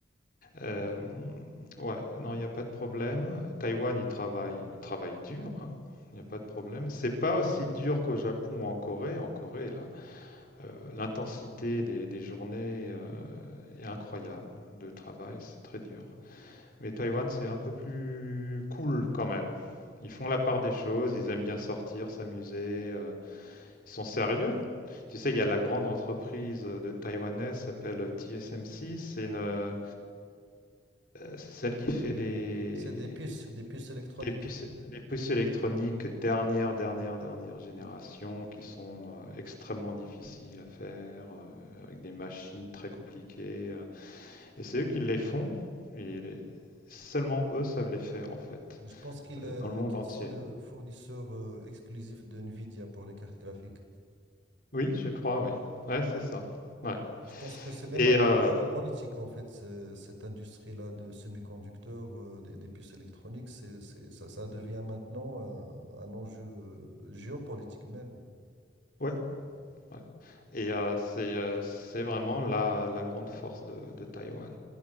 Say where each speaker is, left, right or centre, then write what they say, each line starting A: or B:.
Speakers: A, on the left; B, on the right.
A: Euh, ouais, non, il n'y a pas de problème. Taïwan, ils travaillent, ils travaillent dur, hein. Il n'y a pas de problème. C'est pas aussi dur qu'au Japon ou en Corée. En Corée, là, euh, l'intensité des, des journées euh, est incroyable de travail, c'est très dur. Mais Taïwan, c'est un peu plus cool quand même. Ils font la part des choses, ils aiment bien sortir, s'amuser, euh, ils sont sérieux? Tu sais, il y a la grande entreprise de taïwanaise qui s'appelle TSMC, c'est une euh, c'est celle qui fait les
B: C'est des puces, des puces électroniques.
A: les puces les puces électroniques dernière dernière dernière génération qui sont euh, extrêmement difficiles à faire euh, avec des machines très compliquées euh, et c'est eux qui les font et les- seulement eux savent les faire en fait
B: Je pense qu'ils
A: euh,
B: euh,
A: dans le monde
B: qu'ils
A: entier.
B: sont le fournisseur euh, exclusif de Nvidia pour les cartes graphiques.
A: Oui, je crois, oui. Ouais, c'est ça. Ouais.
B: Je pense que c'est même
A: Et
B: un
A: euh,
B: enjeu politique, en fait, ce- cette industrie-là de semi-conducteurs, euh, des, des puces électroniques, c'est, c'est- ça, ça devient maintenant euh, un enjeu euh, géopolitique même.
A: ouais, Ouais. Et euh, c'est euh, c'est vraiment la, la grande force de, de Taïwan.